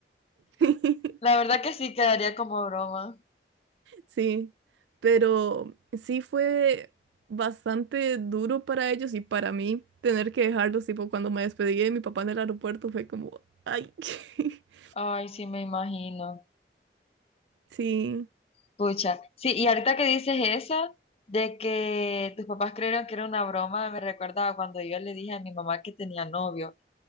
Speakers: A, on the right (about 85°); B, on the left (about 35°).
A: <laughs>
B: La verdad que sí quedaría como broma.
A: Sí, pero sí fue bastante duro para ellos y para mí tener que dejarlos, tipo cuando me despedí de mi papá en el aeropuerto fue como, ay, <laughs>
B: Ay, sí, me imagino.
A: sí,
B: Pucha. Sí, y ahorita que dices eso, de que tus papás creyeron que era una broma, me recuerda a cuando yo le dije a mi mamá que tenía novio,